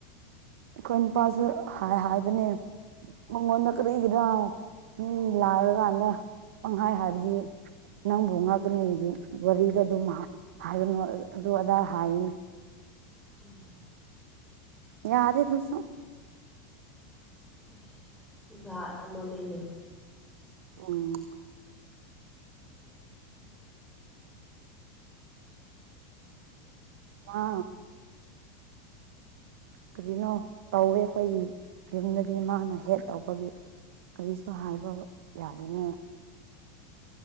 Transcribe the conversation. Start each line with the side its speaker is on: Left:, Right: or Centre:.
Right: ꯑꯩꯈꯣꯏ ꯅꯨꯄꯥꯁꯨ ꯍꯥꯏꯕꯅꯦ ꯃꯉꯣꯟꯗ ꯀꯔꯤꯒꯤꯔ ꯃꯤ ꯂꯥꯛꯔꯀꯥꯟꯗ ꯄꯪꯍꯥꯏ ꯍꯥꯏꯔꯗꯤ ꯅꯪꯕꯨ ꯉꯛꯀꯅꯤ ꯑꯗꯨ ꯋꯥꯔꯤꯗ ꯑꯗꯨꯝ ꯍꯥꯏꯒꯅꯨ ꯑꯗꯨ ꯑꯗꯥ ꯍꯥꯏꯌꯦꯅꯤ
Centre: ꯎꯝ
Right: ꯌꯥꯗ ꯑꯦ ꯇꯁꯨ
Centre: <unintelligible> ꯖꯥꯠ ꯑꯃꯅꯤꯅꯦ
Right: ꯎꯝ ꯑ ꯀꯔꯤꯅꯣ ꯇꯧꯋꯦ ꯑꯩꯈꯣꯏꯒꯤ ꯌꯨꯝꯗꯗꯤ ꯃꯥꯅ ꯍꯦꯛ ꯇꯧꯕꯒꯤ ꯀꯔꯤꯁꯨ ꯍꯥꯏꯕ ꯌꯥꯗꯅꯦ